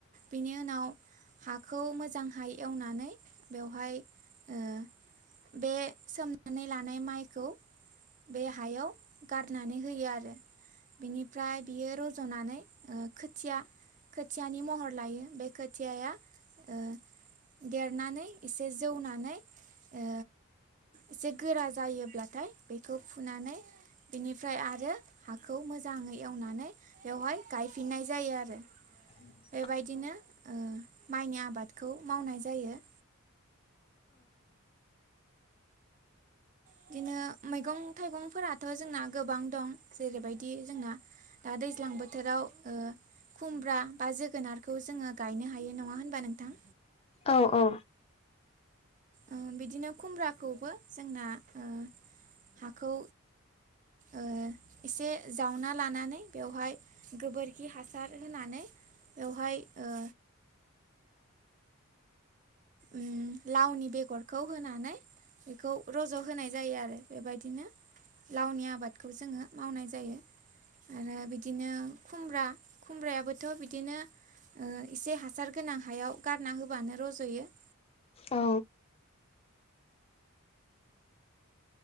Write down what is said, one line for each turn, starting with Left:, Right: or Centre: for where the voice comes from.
Right: बेनि उनाव हाखौ मोजांहाय एवनानै बेवहाय ओ बे सोमनानै लानाय माइखौ बे हायाव गारनानै होयो आरो बिनिफ्राय बियो रजनानै ओ खोथिया खोथियानि महर लायो बे खोथिया ओ देरनानै एसे जौनानै ओ एसे गोरा जायोब्लाथाय बेखौ फुनानै बेनिफ्राय आरो हाखौ मोजाङै एवनानै बेवहाय गायफिननाय जायो आरो
Left: <inaudible>
Right: बेबायदिनो ओ माइनि आबादखौ मावनाय जायो बिदिनो मैगं थाइगंफोराथ जोंना गोबां दं जेरैबायदि जोंना दा दैज्लां बोथोराव ओ खुमब्रा बा जोगोनारखौ जोङो गायनो हायो नङा होनबा नोंथां
Left: औ औ
Right: ओ बिदिनो खुमब्राखौबो जोंना ओ हाखौ ओ एसे जावना लानानै बेवहाय गोबोरखि हासार होनानै बेवहाय ओ उम लावनि बेगरखौ होनानै बेखौ रज' होनाय जायो आरो बेबायदिनो लावनि आबादखौ जोङो मावनाय जायो आरो बिदिनो खुमब्रा खुमब्रायाबोथ बिदिनो ओ इसे हासार गोनां हायाव गारना होबानो रज'यो
Left: औ